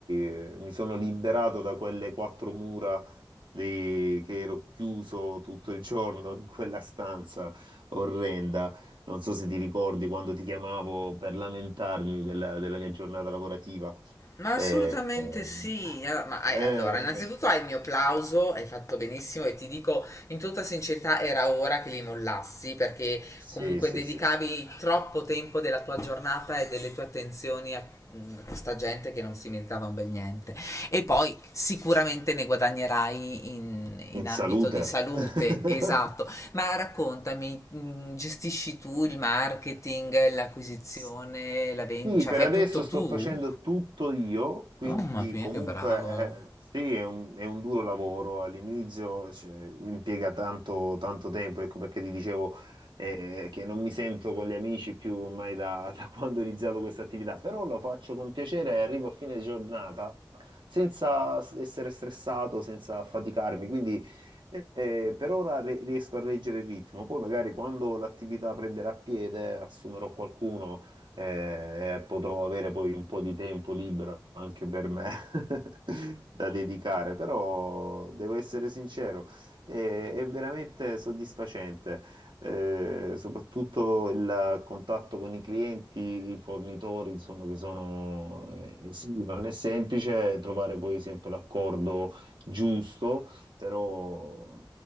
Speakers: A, on the right (about 85°); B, on the left (about 40°).
A: eh, mi sono liberato da quelle quattro mura di- che ero chiuso tutto il giorno in quella stanza orrenda. Non so se ti ricordi quando ti chiamavo per lamentarmi della, della mia giornata lavorativa.
B: Ma
A: Eh,
B: assolutamente
A: eh,
B: sì, ah, ma hai-
A: <laughs> eh,
B: allora, innanzitutto hai il mio plauso, hai fatto benissimo e ti dico in tutta sincerità era ora che li mollassi perché
A: sì,
B: comunque
A: sì,
B: dedicavi
A: sì.
B: troppo tempo della tua giornata e delle tue attenzioni a mm, a questa gente che non si meritava un bel niente. E poi sicuramente ne guadagnerai in, in
A: In
B: ambito
A: salute.
B: di salute,
A: <laughs>
B: esatto. Ma raccontami, mm, gestisci tu il marketing, l'acquisizione,
A: Sì.
B: la vendita,
A: Sì,
B: cioè
A: per
B: fai
A: adesso
B: tutto
A: sto
B: tu?
A: facendo tutto io, quindi
B: Mamma mia,
A: comunque
B: che bravo.
A: eh, sì, è un, è un duro lavoro. All'inizio cioè, impiega tanto, tanto tempo, ecco perché ti dicevo eh, che non mi sento con gli amici più ormai da, <laughs> da quando ho iniziato questa attività, però lo faccio con piacere e arrivo a fine giornata senza essere stressato, senza affaticarmi, quindi eh, eh, per ora re- riesco a reggere il ritmo, poi magari quando l'attività prenderà piede assumerò qualcuno eh, e potrò avere poi un po' di tempo libero anche per me <laughs> da dedicare, però devo essere sincero, è, è veramente soddisfacente. eh, soprattutto il contatto con i clienti, i fornitori, insomma, che sono, eh, sì, non è semplice trovare poi sempre l'accordo giusto, però